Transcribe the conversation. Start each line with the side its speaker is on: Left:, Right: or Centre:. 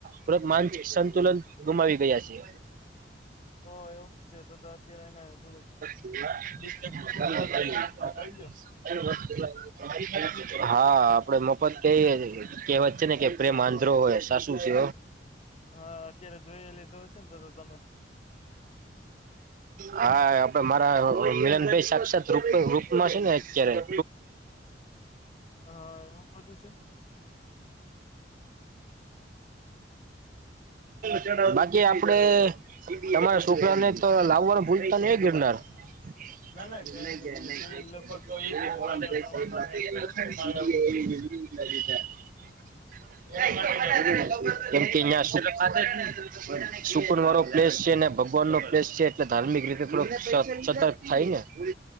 Right: તરત માનસિક સંતુલન ગુમાવી ગયા છે.
Left: ઓ એવું છે, તો અત્યારે એને થોડુંક
Right: હા.
Left: ડિસ્ટર્બ ન થાય એવી રીતના કરજો
Right: આપડે મફત કઈ કહેવત છે, ને કે પ્રેમ આંધ્રો હોય સાસું છે.
Left: હા અત્યારે જોઈ લીધો હશે ને તો તો તમે
Right: હા. મારા મિલનભાઈ સાક્ષાત રૂપ રૂપમાં છે, ને અત્યારે
Left: હા એવું બધું છે
Right: <unintelligible> <inaudible> <inaudible> બાકી આપડે તમારા છોકરાને તો લાવવાનું ભૂલતા ની એ ગિરનાર <inaudible>
Left: ના ના કઈ નઈ ભૂલીશ એ લગભગ તો એજ વધારે પ્રમાણમાં વેન કરે
Right: <inaudible>
Left: છે કે મારે આવું છે. એના
Right: <inaudible>
Left: માટે જ આવવું જોશે પાછું
Right: સુકુન વારો પલેસ છે, ને ભગવાન નો પ્લેસ છે, એટલે ધાર્મિક રીતે થોડો સ સતર્ક થાય ને